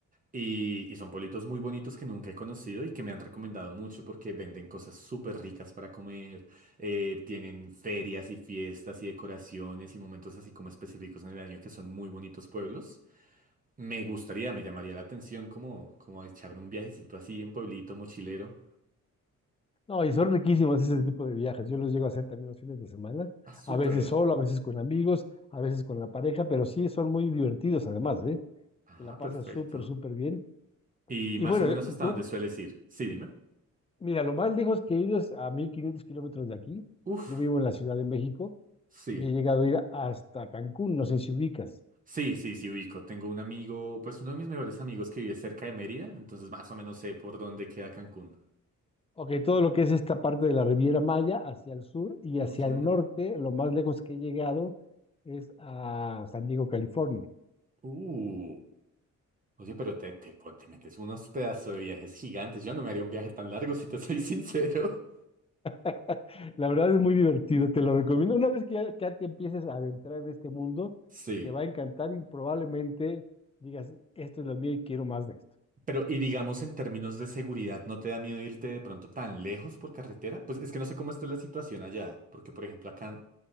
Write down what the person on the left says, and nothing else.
No, y son riquísimos ese tipo de viajes. Yo los llego a hacer también los fines de semana,
a veces solo, a veces con amigos, a veces con la pareja, pero sí son muy divertidos además, ¿eh?
Te la pasas
súper, súper bien.
Y
bueno,
eh,
tú,
mira, lo más lejos que he ido es a 1500 kilómetros de aquí.
Yo vivo en la Ciudad de México
y he llegado a ir hasta Cancún, no sé si ubicas.
Ok, todo lo que es esta parte de la Riviera Maya hacia el sur y hacia
el norte, lo más lejos que he llegado es a San Diego, California.
<laughs> La verdad es muy divertido, te lo recomiendo. Una vez que ya, ya te empieces a adentrar en este mundo,
te va a encantar y probablemente digas, esto es lo mío y quiero más de esto.